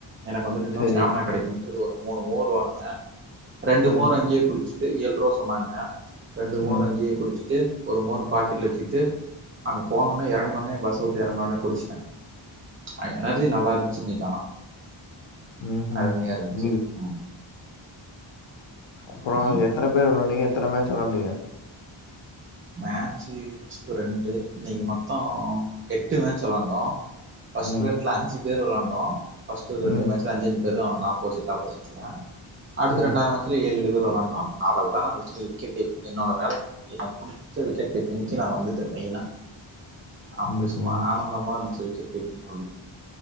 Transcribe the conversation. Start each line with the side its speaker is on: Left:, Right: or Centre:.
Right: எனக்கு வந்துட்டு இன்னு
Left: சரி
Right: ஸ்டாமினா கெடைக்கு ஒரு மூணு மோர் வாங்கின சாப் ரெண்டு
Left: ம்
Right: மோற அங்கேயே குடிச்சிட்டு ஏல் ரூவா சொ ன்னாங்க ரெண்டு மோற
Left: ம்
Right: அங்கேயே குடிச்சிட்டு ஒரு மோர் பாக்கெட்ல வெச்சிட்டு அங்க போனோ ஒன்னே எறங்கணு ஒன்னே பஸ் விட்டு இறங்கணு ஒன்னேகுடிச்சுட்டே எனர்ஜி நல்லா இருன்ச்சி இன்னிக்கி ஆனா
Left: உம் ஹிம்
Right: அருமையா இருந்துச்சு
Left: உம்
Right: ம்
Left: அப்புறோ
Right: ம்
Left: எத்தன பேர் வெளையான்டிங்க எத் எத்தன மேச் வெளையான்டிங்க
Right: மேட்ச் ரெண்டு இன்னிக்கு மொத்தோ எட்டு மேட்ச் விளாண்டோ பஸ்ட்
Left: ம்
Right: ரெண்ட்ல அஞ்சு பேர் வெளாண்டோ பஸ்ட் ரெண்டு
Left: ம்
Right: மேச்ல அஞ்சு அஞ்சு இதெல்லா ஆப்போசிட்ல ஆப்போசிட்ல அடுத்து
Left: ம்
Right: ரெண்டா மேச்சுல ஏலு ஏலு பேரு வெலானு அதுல தா நா விக்கெட் கீப்பர் என்னோட வேலய என புடிச்ச விக்கட் கீப்பீங்கி நா வந்துட்ட மெயினா அப்டி
Left: ம்ஹ்ம்
Right: சும்மா ஆனந்தமா இருந்துச்சி விக்கட் கீப்பீங் அப்டி